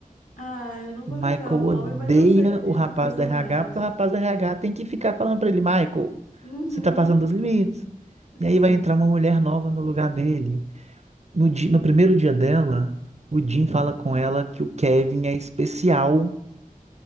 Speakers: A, on the left; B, on the right.
A: Ah, eu não
B: O
A: vou
B: Michael
A: lembrar o
B: odeia
A: nome, mas eu sei que tem
B: o rapaz
A: esse personagem.
B: do RH, porque o rapaz do RH tem que ficar falando para ele, Michael,
A: Uhum.
B: você tá passando dos
A: <laughs>
B: limites.
A: Uhum.
B: E aí
A: Sim.
B: vai entrar uma mulher nova no lugar dele. No, di- no primeiro dia dela, o Jim fala com ela que o Kevin é especial,